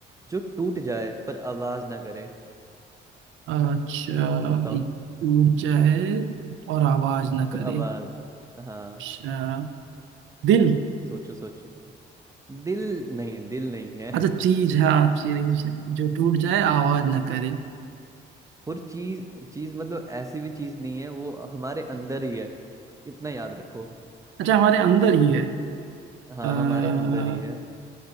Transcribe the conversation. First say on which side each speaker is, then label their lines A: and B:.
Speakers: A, on the right; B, on the right.
A: जो टूट जाए पर आवाज ना करे
B: अच्छा
A: बताओ
B: एक टूट जाए और आवाज ना
A: पर
B: करे
A: आवाज हाँ
B: अच्छा दिल
A: सोचो सोचो दिल नहीं दिल नहीं है <laughs>
B: अच्छा चीज हाँ चीज जो टूट जाए आवाज ना करे
A: और चीज चीज मतलब ऐसी भी चीज नहीं है वो हमारे अंदर ही है इतना याद रखो
B: अच्छा हमारे अंदर ही है
A: हाँ
B: आ,
A: हमारे अंदर ही है